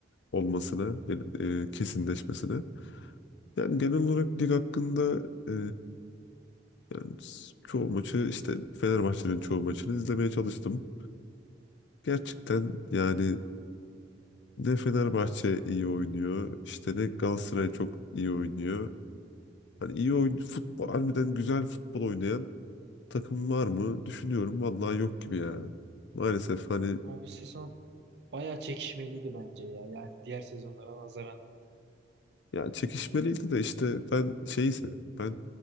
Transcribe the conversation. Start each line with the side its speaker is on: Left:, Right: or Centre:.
Left: olmasına, e, e, kesinleşmesine. Yani genel olarak lig hakkında e, yani s- çoğu maçı işte Fenerbahçe'nin çoğu maçını izlemeye çalıştım. Gerçekten yani Ne Fenerbahçe iyi oynuyor. İşte ne Galatasaray çok iyi oynuyor. Hani iyi oyun futbol harbiden güzel futbol oynayan takım var mı? Düşünüyorum vallahi yok gibi ya. Maalesef hani
Right: Ama bu sezon baya çekişmeliydi bence ya. Yani diğer sezonlara nazaran.
Left: ya çekişmeliydi de işte ben şeyi seviyorum. Ben